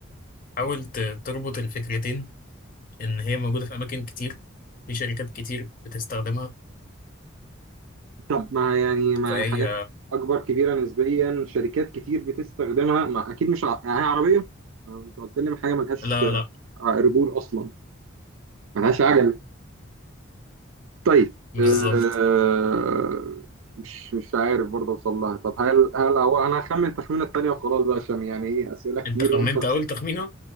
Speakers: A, on the left; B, on the right.
A: حاول ت- تربط الفكرتين ان هي موجوده في اماكن كتير في شركات كتير بتستخدمها
B: طب مع يعني مع
A: فهي
B: حاجات اكبر كبيره نسبيا شركات كتير بتستخدمها مع اكيد مش ع... يعني هي عربيه ما انت قلت لي حاجه ملهاش
A: لا لا
B: رجول اصلا ملهاش عجل طيب
A: بالظبط
B: آه... مش مش عارف برضه اوصل لها طب هل هل هو انا هخمن التخمينه التانيه وخلاص بقى عشان يعني ايه اسئله كتير
A: انت خمنت
B: وانت <laughs> بس...
A: اول تخمينه